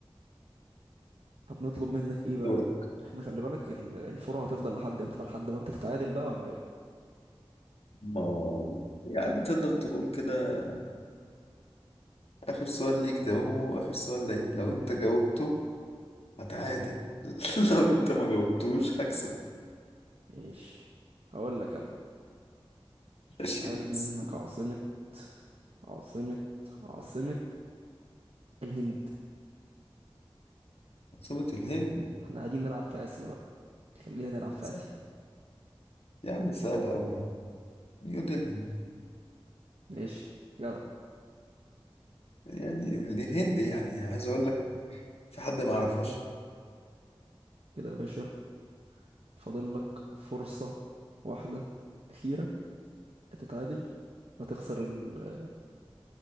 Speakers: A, on the right; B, on the left.
A: طب نطلب منك ايه بقى
B: دورك
A: احنا خلي بالك ال- الفرع هتفضل لحد امتى بقى لحد ما انت تتعادل بقى ولا ايه
B: ما يعني تقدر تقول كده آخر سؤال ليك ده هو آخر سؤال ليا لو انت جاوبته هتعادل <laughs> لو انت ما جاوبتوش هكسب
A: ايش هقول لك انا
B: ماشي
A: عايز
B: بس
A: منك عاصمة عاصمة عاصمة الهند
B: عاصمة الهند
A: احنا قاعدين نلعب في اسيا بقى خلينا نلعب في
B: سهل.
A: اسيا
B: يا عم سهلة أوي نيو دلهي
A: ايش جدع
B: يعني دي الهند يعني عايز أقول لك في حد ما يعرفوش
A: كده يا باشا فاضل لك فرصة واحدة أخيرة تتعادل هتخسر ال-